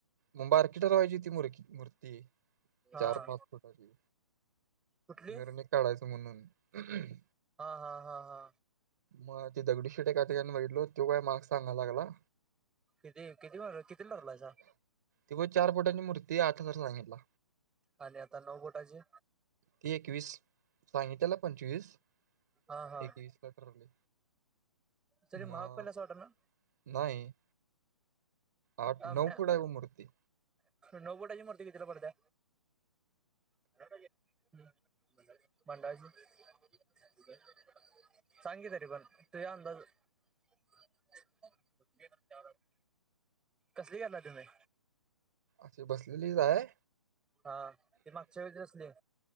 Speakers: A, on the right; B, in the centre.
A: म बारकी दरवाजा ती मर मूर्ती
B: हा
A: चार-पाच फुटाची.
B: कुठली
A: मीरुणीक नाही काढायचं म्हणून‌.
B: हा हा हा हा.
A: मग ती दगडीू शेटे एका त्याचन बघितलो तो काय माहाग सांगा लागला.
B: किती किती किती ठरलायसा?
A: तेव चार फुटाची मूर्ती आठ हजार सांगितला.
B: आणि आता नऊ बोटाचे.
A: ती एकवीस सांगितलेला पंचवीस.
B: हा हा.
A: एकवीसला ठरवले
B: तरी
A: मग
B: महाग पडला असं वाट ना?
A: नाही. आठ-नऊ
B: आमच्या
A: फूट आहे बघ मूर्ती.
B: नऊ भुटाची मूर्ती कितीला पडत्या? <inaudible> मंडळाची? <inaudible> सांग की तरी पण तूझा अंदाजं. <inaudible> <unintelligible> कसली करणार तुम्ही?
A: <inaudible> बसलेलीच आहे.
B: हा ते मागच्या वेळे कशली.